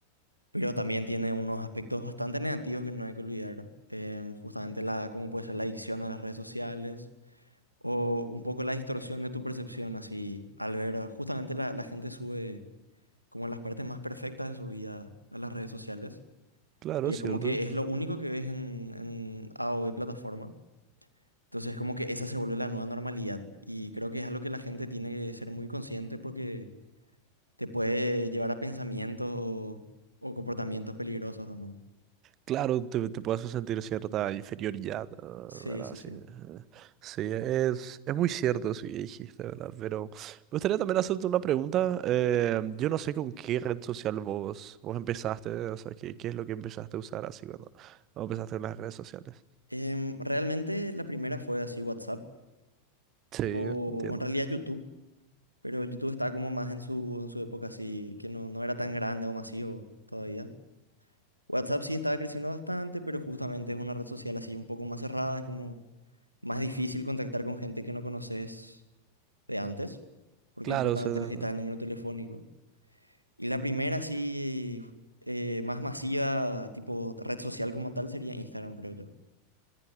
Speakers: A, on the right (about 85°); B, on the right (about 35°).
A: pero también tiene unos aspectos bastante negativos que no hay que olvidar. Em, justamente la, cómo puede ser la adicción a las redes sociales. o un poco la distorsión de tu percepción, así, al ver, ah, justamente la, la gente sube como las partes más perfectas de su vida a las redes sociales,
B: Claro,
A: y es
B: cierto.
A: como que es lo único que ves en, en A o B plataforma, entonces como que esa se vuelve la nueva normalidad, y creo que es algo que la gente tiene que ser muy consciente porque te puede llevar a pensamientos o, o comportamientos peligrosos también.
B: Claro, te, te puedes sentir cierta inferioridad, ah,
A: Sí,
B: ¿verdad?
A: sí,
B: Sí,
A: sí.
B: ajá. Sí, es, es muy cierto eso que dijiste, ¿verdad? Pero me gustaría también hacerte una pregunta. eh, yo no sé con qué red social vos, vos empezaste, o sea, qué, qué es lo que empezaste a usar así cuando, cuando empezaste en las redes sociales.
A: Em, realmente la primera fue así WhatsApp,
B: Sí,
A: o
B: entiendo.
A: o en realidad YouTube. Pero YouTube estaba como más en su, en su época así, que no, no era tan grande o masivo todavía. WhatsApp sí estaba creciendo bastante, pero justamente es una red social así un poco más cerrada, es como más difícil contactar con gente que no conoces de antes, porque
B: Claro,
A: justamente
B: o sea, no.
A: necesitas el número telefónico. Y la primera así eh, más masiva, tipo red social como tal, sería Instagram, creo yo.